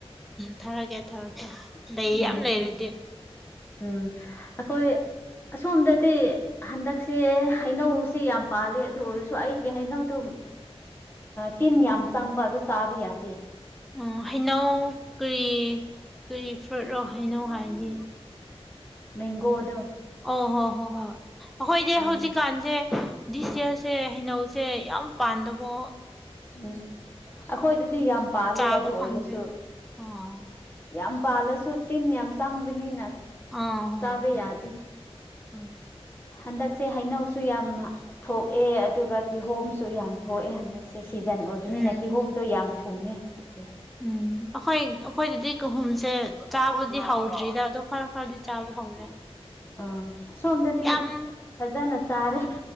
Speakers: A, in the centre; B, on the left.
A: ꯊꯥꯔꯛꯒꯦ ꯊꯥꯔꯛꯀꯦ ꯂꯩ
B: ꯎꯝ
A: ꯌꯥꯝ ꯂꯩꯔꯗꯤ
B: ꯎꯝ ꯑꯩꯈꯣꯏ ꯑꯁꯣꯝꯗꯗꯤ ꯍꯟꯗꯛꯁꯦ ꯍꯩꯅꯧꯁꯦ ꯌꯥꯝ ꯄꯥꯜꯂꯦ ꯑꯗꯨ ꯑꯣꯏꯔꯁꯨ ꯑꯩꯒꯤ ꯍꯩꯅꯧꯗꯨ ꯇꯤꯟ ꯌꯥꯝ ꯆꯪꯕ ꯑꯗꯨ ꯆꯥꯕ ꯌꯥꯗꯦ
A: ꯎ ꯍꯩꯅꯧ ꯀꯔꯤ ꯀꯔꯤ ꯐꯨꯔꯨꯠꯓꯣ ꯍꯩꯅꯧ ꯍꯥꯏꯗꯤ
B: ꯃꯦꯡꯒꯣ ꯑꯗꯣ
A: ꯑꯣ ꯍꯣ ꯍꯣ ꯍꯣꯏ ꯑꯩꯈꯣꯏꯗꯤ
B: ꯎꯝ
A: ꯍꯧꯖꯤꯛꯀꯥꯟꯁꯦ ꯗꯤꯁ ꯌꯌꯥꯔꯁꯦ ꯍꯩꯅꯧꯁꯦ ꯌꯥꯝ ꯄꯥꯟꯗꯕꯣ
B: ꯎꯝ ꯑꯩꯈꯣꯏꯗꯗꯤ ꯌꯥꯝ ꯄꯥꯜꯂꯦ
A: ꯆꯥꯕ
B: ꯑꯗꯨ
A: ꯐꯪꯗꯦ
B: ꯑꯣꯏꯔꯁꯨ
A: ꯑꯥ
B: ꯌꯥꯝ ꯄꯥꯜꯂꯁꯨ ꯇꯤꯟ ꯌꯥꯝ ꯆꯪꯕꯅꯤꯅ
A: ꯑꯥ ꯍꯣꯏ
B: ꯆꯥꯕ ꯌꯥꯗꯦ
A: ꯍꯣꯏ
B: ꯍꯟꯗꯛꯁꯦ ꯍꯩꯅꯧꯁꯨ ꯌꯥꯝ ꯊꯣꯛꯑꯦ ꯑꯗꯨꯒ ꯀꯤꯍꯣꯝꯁꯨ ꯌꯥꯝ ꯊꯣꯛꯑꯦ ꯍꯟꯗꯛꯁꯦ ꯁꯦ ꯁꯤꯖꯟ ꯑꯣꯏꯕꯅꯤꯅ
A: ꯎꯝ
B: ꯀꯤꯍꯣꯝꯗꯣ ꯌꯥꯝ ꯊꯨꯝꯃꯦ ꯍꯜꯂꯛꯁꯦ
A: ꯎꯝ ꯑꯩꯈꯣꯏ ꯑꯩꯈꯣꯏꯗꯗꯤ ꯀꯍꯨꯝꯁꯦ ꯆꯥꯕꯗꯤ ꯍꯧꯗ꯭ꯔꯤꯗ ꯑꯗꯣ ꯈꯔ ꯈꯔꯗꯤ ꯆꯥꯕ ꯍꯧꯔꯦ
B: ꯑꯥ ꯁꯣꯝꯗꯗꯤ
A: ꯌꯥꯝ
B: ꯐꯖꯅ ꯆꯥꯔꯦ